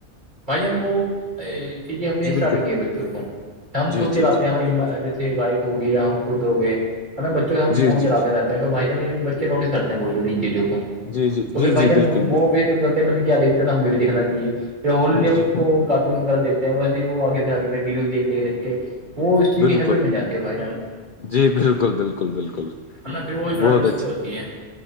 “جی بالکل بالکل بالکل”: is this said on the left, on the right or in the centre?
Left